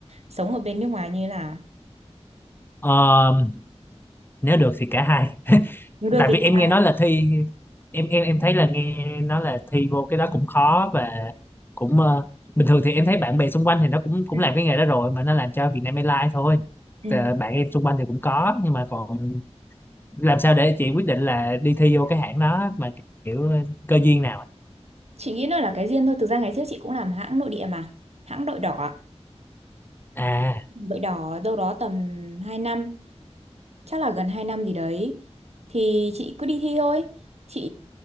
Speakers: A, on the right; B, on the left.
A: sống ở bên nước ngoài như thế nào
B: Ờ, nếu được thì cả hai
A: nếu được
B: tại
A: thì
B: vì
A: cũng
B: em
A: là
B: nghe nói là thi em em em thấy là nghe nói là thi vô cái đó cũng khó và cũng ờ, bình thường thì em thấy bạn bè xung quanh thì nó cũng cũng
A: ừ.
B: làm cái nghề đó rồi mà nó làm cho Vietnam Airlines thôi
A: ừ.
B: Ờ, bạn em xung quanh thì cũng có nhưng mà còn làm sao để chị quyết định là đi thi vô cái hãng đó mà kiểu cơ duyên nào ấy?
A: chị nghĩ nó là cái duyên thôi thực ra ngày trước chị cũng làm hãng nội địa mà hãng đội đỏ ạ.
B: à
A: đội đỏ đâu đó tầm hai năm chắc là gần 2 năm gì đấy thì chị cứ đi thi thôi chị